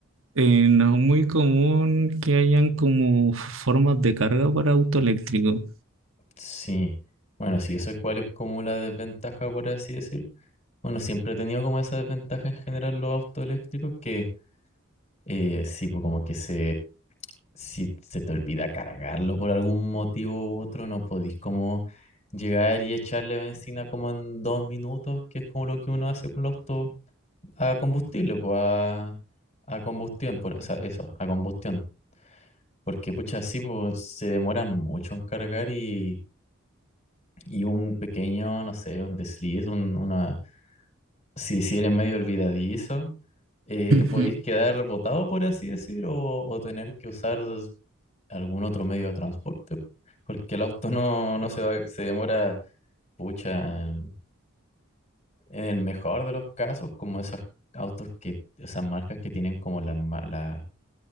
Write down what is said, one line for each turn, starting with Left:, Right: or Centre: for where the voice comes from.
Right: eh, no es muy común que hayan como f- formas de carga para auto eléctrico.
Left: Sí, bueno, sí, eso es cuál es como la desventaja, por así decir. Bueno, siempre he tenido como esa desventaja en general los autos eléctricos que eh, sí, pues como que se, si se te olvida cargarlo por algún motivo u otro, no podís como llegar y echarle benzina como en dos minutos, que es como lo que uno hace con los autos a combustible, pues a, a combustión, por, o sea, eso, a combustión. Porque, pucha, sí, pues se demoran mucho en cargar y, y un pequeño, no sé, un desliz, un- una, si, si eres medio olvidadizo, eh,
Right: Ujú,
Left: <laughs> podéis quedar botado, por así decir, o, o tener que usar algún otro medio de transporte. Porque el auto no, no se va, se demora, pucha, en, en el mejor de los casos, como esos autos que, esas marcas que tienen como la, ma- la